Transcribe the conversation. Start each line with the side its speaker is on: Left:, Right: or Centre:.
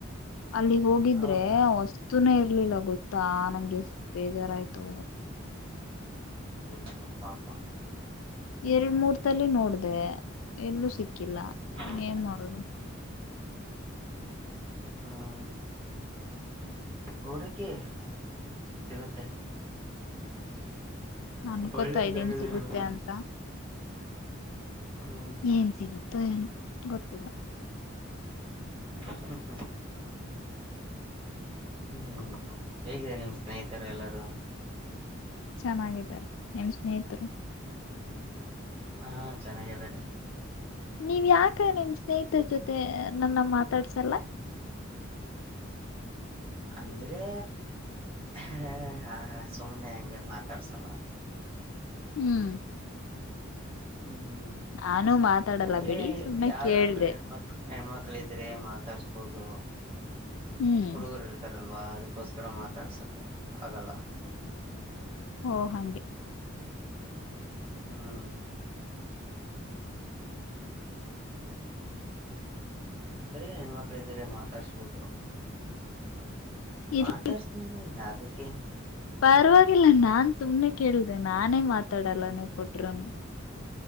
Left: ಅಲ್ಲಿ ಹೋಗಿದ್ರೆ
Right: ಹೌದಾ
Left: ಆ ವಸ್ತುನ ಇರ್ಲಿಲ್ಲ ಗೊತ್ತ ತ್ತಾ ನಂಗೆ ಎಷ್ಟ ಬೇಜಾರಾಯಯ್ತು
Right: ಯೋ ಪಾಪಾ
Left: ಎರಡ್ ಮೂರ್ ತಲ್ಲಿ ನೋಡ್ದ ಎಲ್ಲೂ ಸಿಕ್ಕಿಲ್ಲ
Right: ಹ್ಮ್
Left: ಏನ್ ಮಾಡುದು
Right: ಹ್ಮ್ ಹುಡುಕಿ ಸಿಗುತ್ತೆ
Left: ನನ್ಕೋತಾ
Right: ಒಳ್ಳೆ
Left: ಇದ್ದೇನ್
Right: ಜಾಗದಲ್ಲಿ
Left: ಸಿಗುತ್ತೆ
Right: ಹೋಗಿ.
Left: ಅಂತ
Right: ಹ್ಮ್
Left: ಏನ್ ಸಿಗುತ್ತೋ ಏನು ಗೊತ್ತಿಲ್ಲ
Right: ಹ್ಮ ಹ್ಮ ಹ್ಮ್ ಹೇಗಿದೆ ನಿಮ್ ಸ್ನೇಹಿತರು ಎಲ್ಲರೂ
Left: ಚೆನ್ನಾಗಿದ್ದಾರೆ ನಿನ್ ಸ್ನೇಹಿತರು
Right: ಹಾ ಚೆನ್ನಾಗ್ದಿದ್ದಾರೆ
Left: ನೀವ್ ಯಾಕ ನಿಮ್ ಸ್ನೇಹಿತರ ಜೊತೆ ನನ್ನ ಮಾತಾಡ್ಸಲ್ಲ
Right: ಅಂದ್ರೆ ಹ ಹಾ ಹಾ ಸುಮ್ನೆ ಹಂಗೆ ಮಾತಾಡ್ಸಲ್ಲ
Left: ಹ್ಮ್
Right: ಹ್ಮ್
Left: ನಾನು ಮಾತಾಡಲ್ಲ
Right: ಅಂದ್ರೆ
Left: ಬಿಡಿ ಸುಮ್ನೆ
Right: ಯಾರಾದ್ರು
Left: ಕೇಳ್ದೆ
Right: ಹೆಣ್ಮಕ್ ಹೆಣ್ಮಕ್ಳ ಇದ್ರೆ ಮಾತಾಡ್ತ ಹಪ್ಪದು
Left: ಹ್ಮ್
Right: ಹುಡುಗರು ಇರ್ತಾರಲ್ಲ ಅಲ್ವಾ ಅದಕ್ಕೋಸ್ಕರ ಮಾತಾಡ್ಸಕ ಆಗಲ್ಲ
Left: ಓ ಹಾಗಗೆ
Right: ಹ್ಮ್ ಅಂದ್ರ ಹೆಣ್ಮಕ್ಳ ಇದ್ರ ಮಾತಾಡ್ಸ್ಬೋದು
Left: ಇರ್ಲಿ
Right: ಮಾತಾಡ್ಸನ ಯದಕ್ಕೇನು
Left: ಪರ್ವಾಗಿ ಇಲ್ಲ ನಾನ್ ಸುಮನೆ ಕೇಳ್ದೇನೆ ನಾನೇ ಮಾತಾಡಲ್ಲ ನೀವು ಪಟರುೂನು